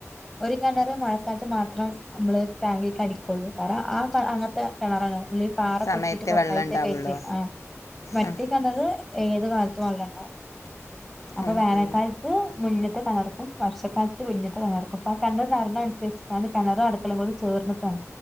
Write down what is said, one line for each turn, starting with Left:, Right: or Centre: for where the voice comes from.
Centre: ഒരു കിണറ് മഴക്കാലത്ത് മ മാത്രം നമ്മള് ടാങ്കിലേക്ക് അടിക്കുള്ളൂ കാരണം ആ ക അങ്ങനത്തെ കിണറാണ് പുള്ളി പാറ
Left: സമയത്ത്
Centre: പൊട്ടിട്ട് പോട്ടായിട്ടാ
Left: വെള്ളം ഉണ്ടാവുള്ളൂ
Centre: കയറ്റിയെ ആ മറ്റേ
Left: ആ
Centre: കിണറ് ഏത് കാലത്തും വെള്ളോണ്ടാവും അപ്പൊ
Left: ആ
Centre: വേനൽക്കാൽ
Left: ആ
Centre: മുന്നത്തെ കിണർക്കും വർഷ താഴത്ത് വല്യത്ത കിണർക്കും അപ്പ ആ കിണറ് നിറഞ്ഞനുസരിച്ചിട്ടാണ് കിണറും അടുക്കളയും കൂടി ചേർന്നിട്ടാണ്